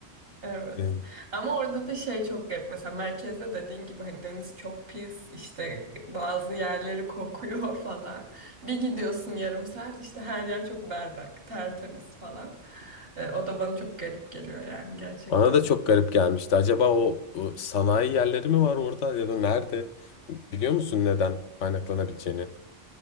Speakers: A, on the right; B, on the left.
A: Evet.
B: E,
A: Ama orada da şey çok garip. Mesela merkezde dediğin gibi hani deniz çok pis, işte bazı yerleri kokuyor <laughs> falan. Bir gidiyorsun yarım saat işte her yer çok berrak, tertemiz falan. Ee, o da bana çok garip geliyor yani gerçekten.
B: Bana da çok garip gelmişti. Acaba o, o sanayi yerleri mi var orada ya da nerede? Biliyor musun neden kaynaklanabileceğini?